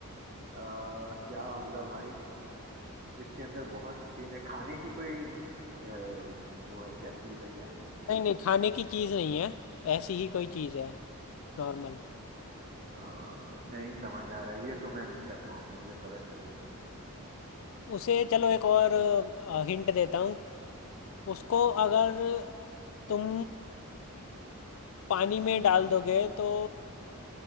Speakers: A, on the right (about 40°); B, on the left (about 60°).
A: अ, क्या होगा भाई जिसके अंदर बहुत छेद है खाने की कोई अ, वो है क्या चीज है क्या
B: नहीं नहीं खाने की चीज़ नहीं है ऐसी ही कोई चीज़ है नॉर्मल
A: अ, नहीं समझ आ रहा है ये तो मैं नहीं कर पाऊंगा मुझे पता चल
B: उसे चलो एक और हिंट देता हूँ उसको अगर तुम पानी में डाल दोगे तो